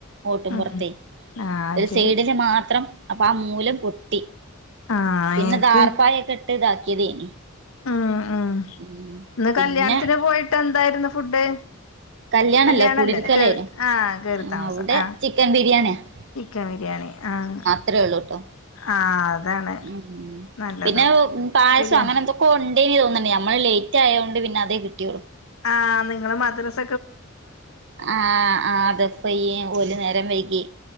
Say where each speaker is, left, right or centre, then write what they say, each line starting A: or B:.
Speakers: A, on the right; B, on the left.
A: ഓട്ടും
B: ഉം
A: പൊർത്തേ
B: ആഹ് അത്
A: ഒരു
B: ശരി
A: സൈഡിന്റെ മാത്രം അപ്പം ആ മൂലം പൊട്ടി
B: ആഹ്
A: പിന്നെ
B: എനിക്ക്
A: ധാർപ്പായൊക്കെ ഇട്ട് ഇതാക്കിയതേനി.
B: ഹ്മ്മ്, ഹ്മ്മ്,
A: ഉം
B: ഇന്ന്
A: പിന്നെ
B: കല്യാണത്തിന് പോയിട്ട് എന്തായിരുന്നു ഫുഡ്
A: കല്യാണല്ല
B: കല്യാണല്ലേ
A: കുടിരിക്കലേനു
B: കേറി ആഹ് കേറി താമസം
A: അവിടെ
B: ആഹ്
A: ചിക്കൻ ബിരിയാണിയാ
B: ചിക്കൻ ബിരിയാണി ആഹ്.
A: ത്രൊള്ളൂട്ടോ
B: ആഹ് അതാണ്
A: ഹ്മ്മ്,
B: നല്ലതും
A: പിന്നെ പായസം
B: ബിരിയാണി
A: അങ്ങനെന്തൊക്കോ ക്കോ ഇണ്ടായിനി തോന്ന്ണ് നമ്മള് ലേറ്റായോണ്ട് പിന്നെ അതേ കിട്ടിയൊള്ളൂ.
B: ആഹ് നിങ്ങള് മദ്റസ്
A: ആഹ് ആഹ് അതെ ഹോയ്യിം ഓല് നേരം വൈകി